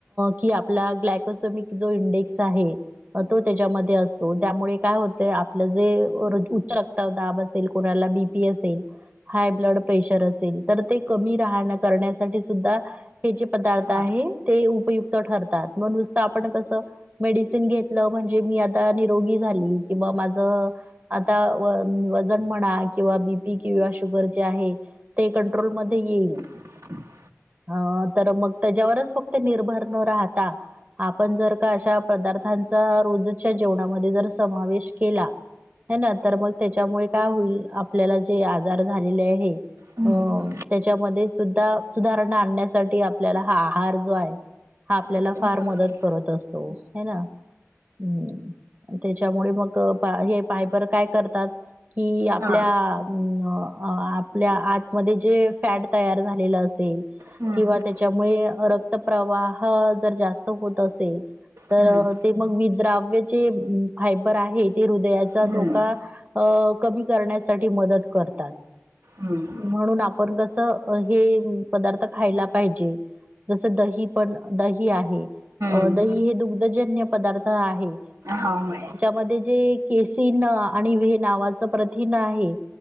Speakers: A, on the right (about 35°); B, on the right (about 75°).
A: की आपला ग्लायकोसोमिक जो इंडेक्स आहे तो त्याच्यामध्ये असतो त्यामुळे काय होत आपलं जे उच्च रक्तदाब असेल कोणाला बीपी असेल हाय ब्लडप्रेशर असेल तर ते कमी राहायला करण्यासाठी सुद्धा हे जे पदार्थ
B: हा.
A: आहे ते उपयु क्त ठरतात मग नुसतं आपण कसं मेडिसिन घेतलं म्हणजे मी आता निरोगी झाली किंवा माझं आता वजन म्हणा किंवा बीपी किंवा शुगर जे आहे ते कंट्रोलमध्ये येईल
B: ह
A: हा तर मग त्याच्यावरच फक्त निर्भर न राहता आपण जर का अशा पदार्थांचा रोजच्या जेवणामध्ये जर समावेश केला हे ना तर मग त्याच्यामुळे काय होईल आपल्याला जे आजार झालेले आहे
B: हम्म.
A: हं ते त्याच्या मध्ये सुद्धा सुधारणा आणण्यासाठी आपल्याला हा आहार जो आहे हा आपल्याला
B: तो पण
A: फार
B: जरुरी
A: मदत
B: आहे.
A: करत असतो आहे ना हम्म त्याच्यामुळे मग हे फायबर काय करतात की आपल्या
B: हा.
A: अं आपल्या आतमध्ये जे फॅट तयार झालेलं असेल
B: हम्म.
A: किंवा त्याच्यामुळे रक्त प्रवाह जर जास्त होत असेल तर
B: हम्म.
A: ते मग विद्राव्यचे फायबर आहे ते हृदयाचा
B: हम्म.
A: धोका अ कमी करण्यासाठी मदत करतात
B: हम्म.
A: म्हणून आपण कस हे पदार्थ खायला पाहिजे जसं दही पण दही आहे
B: हम्म.
A: दही हे दुग्धजन्य पदार्थ आहे
B: हो म
A: मध्ये जे केसीन आणि व्हे नावाचं प्रथिन आहे